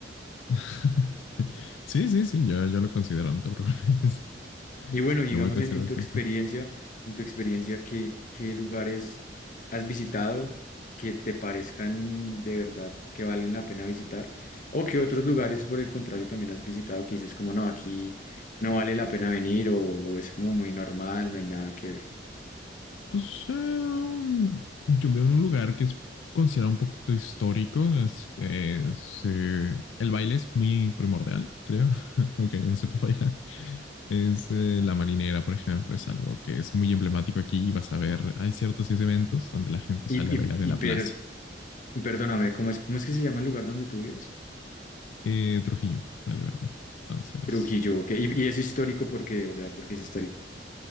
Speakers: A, on the left; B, on the left.
A: <laughs> Sí, sí, sí, yo, yo lo considero, no te preocupes. <laughs>
B: Y bueno, digamos
A: Lo voy a considerar
B: en, en
A: bastante.
B: tu experiencia, en tu experiencia, ¿qué, qué lugares has visitado que te parezcan de verdad que valen la pena visitar? ¿O qué otros lugares, por el contrario, también has visitado que dices como no, aquí no vale la pena venir o es como muy normal, no hay nada que ver?
A: Pues eh, um, yo vivo en un lugar que es considerado un poquito histórico. es- es, eh, el baile es muy primordial, creo, <laughs> aunque yo no sepa bailar. Es eh, la marinera, por ejemplo, es algo que es muy emblemático aquí. y Vas a ver, hay ciertos eventos donde la gente
B: Y,
A: sale a bailar
B: y, y
A: en la plaza.
B: per- perdóname, ¿cómo es, cómo es que se llama el lugar donde tú vives?
A: Eh, Trujillo, la Libertad. Entonces...
B: Trujillo, ok. Y, y es histórico porque, o sea, porque es histórico.